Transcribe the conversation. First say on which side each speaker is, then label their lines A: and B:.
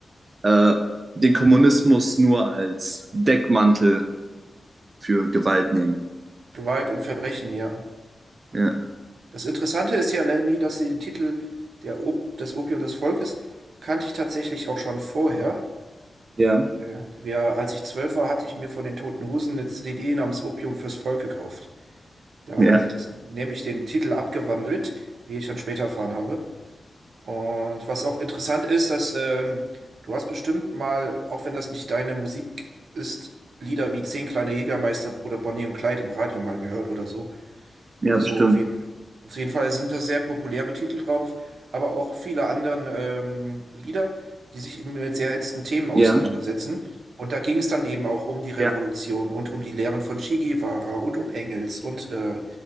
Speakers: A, on the right; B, on the right.
A: äh, den Kommunismus nur als Deckmantel für Gewalt nehmen.
B: Gewalt und Verbrechen, ja.
A: Ja,
B: Das Interessante ist ja, Lenny, dass sie den Titel der Op Das Opium des Volkes kannte ich tatsächlich auch schon vorher.
A: ja,
B: Äh, Wir, als ich zwölf war, hatte ich mir von den Toten Hosen eine CD namens Opium fürs Volk gekauft. Da
A: ja,
B: haben sie das nämlich den Titel abgewandelt, wie ich dann später erfahren habe. Und was auch interessant ist, dass ähm, du hast bestimmt mal, auch wenn das nicht deine Musik ist, Lieder wie Zehn kleine Jägermeister oder Bonnie und Clyde im Radio mal gehört oder so.
A: ja
B: Oder
A: bestimmt.
B: so, auf jeden, auf jeden Fall sind da sehr populäre Titel drauf, aber auch viele anderen ähm, Lieder, die sich eben mit sehr ernsten Themen auseinandersetzen.
A: Ja,
B: Und da ging es dann eben auch um die Revolution
A: ja,
B: und um die Lehren von Che Guevara und um Engels und äh,